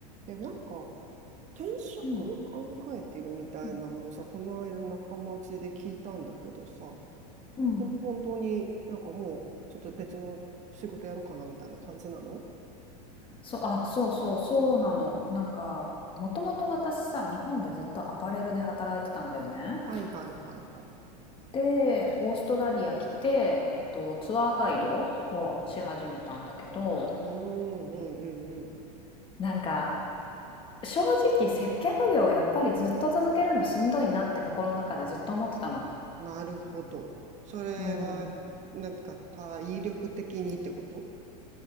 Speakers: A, on the right (about 35°); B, on the left (about 25°).
A: いや、なんか、転職考えてるみたいなのをさ、
B: うん、うん、
A: この間仲間内で聞いたんだけどさ、
B: うん
A: ほ本当になんかもう、ちょっと別の仕事やろうかなみたいな感じなの
B: そう、あ、そうそう、そうなの。なんか、もともと私さ、日本でずっとアパレルで働いてたんだよね。
A: はいはいはいはい。
B: で、オーストラリア来て、えっと、ツアーガイドをし始めたんだけど、
A: うーんうんうんう
B: なんか、正直接客業をやっぱりずっと続けるのしんどいなって心の中でずっと思ってたの。
A: ん。なるほど。それは、
B: うん。
A: なんか体力的にってこと